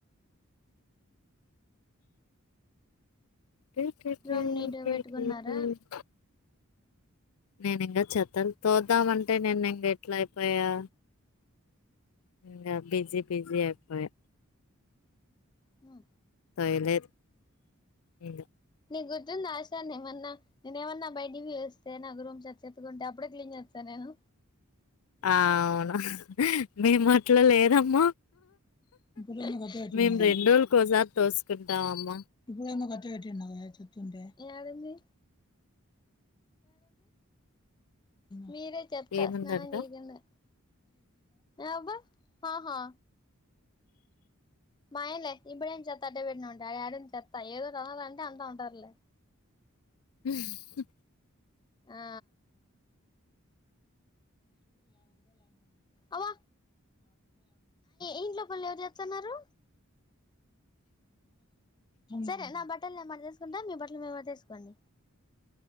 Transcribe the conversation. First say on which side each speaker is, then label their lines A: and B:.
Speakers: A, on the left; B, on the left.
A: కిల్
B: రూమ్ నీట్గా
A: కిల్
B: పెట్టుకున్నారా
A: కిల్ <unintelligible> నేను ఇంకా చెత్తను తోద్దామంటే నిన్న ఇంకా ఎట్లా అయిపోయా ఇంకా బిజీ బిజీ అయిపోయా
B: హుమ్
A: వేయలేదు ఇంగ
B: నీ గుర్తుంది ఆశన్న ఏమన్నా నేను ఏమన్నా బయటికి పోయేస్తే నాకు రూమ్ చేత ఎత్తుకుంటే అప్పుడే క్లీన్ చేస్తాను నేను
A: ఆ అవునా హా హ్ మేము అట్లా లేదమ్మా
B: ఇప్పుడేమో కట్ట పెట్టిండు
A: మేం రెండురోజులు కోసారి తోసుకుంటాం అమ్మ
B: ఇప్పుడున్న పట్టి కట్టిండా చెత్తుఉంటే యాడుండి మీ చెత్త
A: ఏముందంట
B: స్నానం చేయకుండా అబ్బ హా హా మాయలే ఇప్పుడ ఏ చెత్తా అట్టే పెట్న ఉంటే ఆ ఆడ ఏడుంది చెత్తా ఏదో రాలంటే అంతా ఉంటారులే
A: ఉమ్మ్ హు
B: ఆ అబా ఇంట్లోపనులు ఎవరు చేతున్నారు సరే నా బట్టలు నేను మస్తేసుకుంటా మీ బట్టలు మీరూ మడతఎసుకోండి.